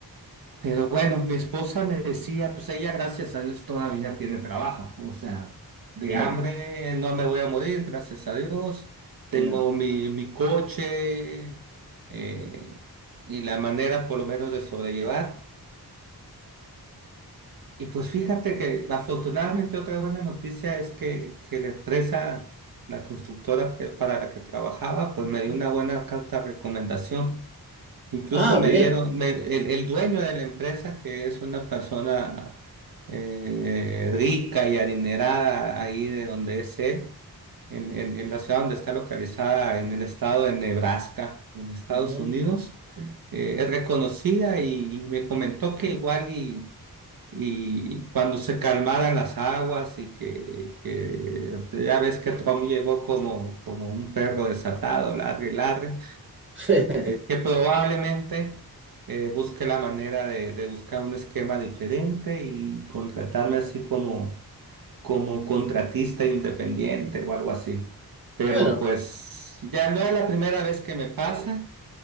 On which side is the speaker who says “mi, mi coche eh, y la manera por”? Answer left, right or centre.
Right